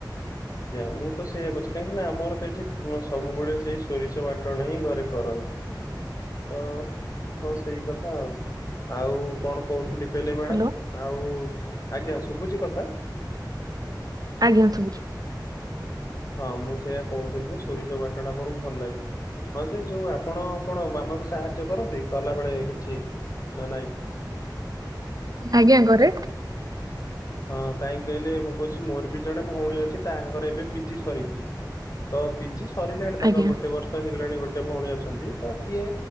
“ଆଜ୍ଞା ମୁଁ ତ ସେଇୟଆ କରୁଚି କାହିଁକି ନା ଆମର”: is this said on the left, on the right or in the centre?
Left